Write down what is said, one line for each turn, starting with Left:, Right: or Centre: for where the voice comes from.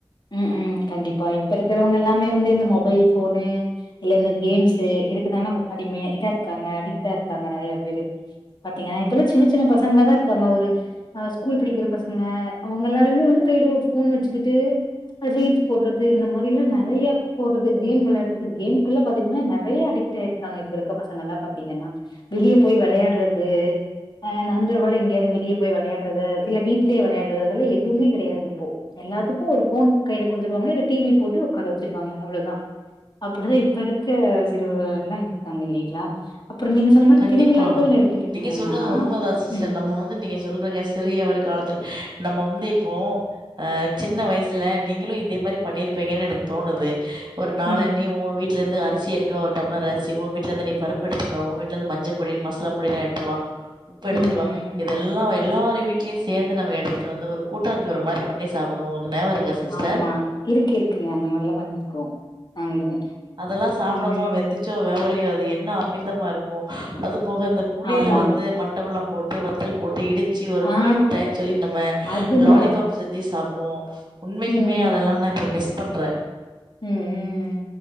Left: ம் உம் கண்டிப்பா இப்ப இருக்கிறவங்க எல்லாமே வந்து இந்த மொபைல் போனு இல்ல இந்த கேம்ஸ் இதுக்குதானே அடிமையா இதா இருக்காங்க அடிக்ட்டா இருக்காங்க நெறைய பேரு பாத்தீங்கன்னா இப்பல்லா சின்ன சின்ன பசங்கள தா இருக்காங்க ஒரு அ ஸ்கூல் படிக்கிற பசங்க அவங்க எல்லாருமே வந்து கையில ஒரு போன் வச்சுக்கிட்டு ரீல்ஸ் போடுறது இந்த மாரி எல்லா நெறையா போடுறது கேம் விளையாடுறது கேமுக்கு எல்லா பாத்தீங்கன்னா நெறையா அடி டாய் இருக்காங்க இப்ப இருக்க பசங்களா பாத்தீங்கன்னா வெளியே போய் வெளையாடுறது ஆ நண்பர்ளோடு எங்கேயாவது வெளிய போய் வெளையாடுறது இல்ல வீட்டுலேயே விளையாடுறதுயெல்லாம் எதுமே கெடையாது இப்போ எல்லாத்துக்கு ஒரு போன் கையில கொடுத்துருவாங்களா இல்ல டி வி போட்டு உட்கார வச்சருவாங்க அவ்வளவுதா அப்படிதா இப்ப இருக்குர சிறுவர்கள் எல்லா இருக்காங்க இல்லைங்களா அப்புறோ நீங்க சொன்ன மாரி
Right: கண்டிப்பா
Left: திருவிழாக்கள்னு எடுத்துக்கிட்டீங்கன்னா
Right: நீங்க சொல்றது உண்மைதா சிஸ்டர்
Left: ம்
Right: நம்ம வந்து நீங்க சொல்றங்க சிறிய ஒரு காலத்துல நம்ம வந்து இப்போ ஆ சின்ன வயசுல நீங்களு இதே மாரி பண்ணிருப்பீங்கன்னு எனக்கு தோணுது ஒரு நாளு
Left: ம்
Right: நீ உ வீட்டுல இருந்து அரிசி எட்டுவா ஒரு டம்ளர் அரிசி உ வீட்டுல இருந்து நீ பருப்பு எடுத்துட்டு வா ஊ வீட் இருந்து மஞ்சள் பொடி மசாலா பொடி எல்லா எடுத்துட்டுவா உப்பு எடுத்துட்டு
Left: ம்
Right: வா இதெல்லா எல்லாரு வீட்டுலையு சேர்ந்து நம்ம எத்துட்டு வந்து ஒரு கூட்டாஞ் சோறுமாரி பண்ணி சாப்புடுவோ உங்களுக்கு ஞாபகோ இருக்கா சிஸ்டர்
Left: ஆமா இருக்கு இருக்குங்க அந்த மாரில்லா பண்ணிருக்கோ நாங்களு
Right: அதெல்லா சாப்பிடப்போ
Left: ம்
Right: வெந்துச்சோ வேவலையோ அது என்னா அமிர்தமா இருக்கு கு அது போக இந்த புளில
Left: ஆமா
Right: வந்து மண்டவெல்லம் போட்டு வத்தல் போட்டு இடி ச்சு ஒரு
Left: ஆ
Right: புளி முட்டாய்ன்னு சொல்லி நம்ம
Left: அது நல்லாருக்கு
Right: லாலிபாப் செஞ்சு சாப்பிடுவோ உண்மைக்குமே
Left: ம்
Right: அதெல்லா நா இப்போ மிஸ் பண்றே
Left: உம் உம்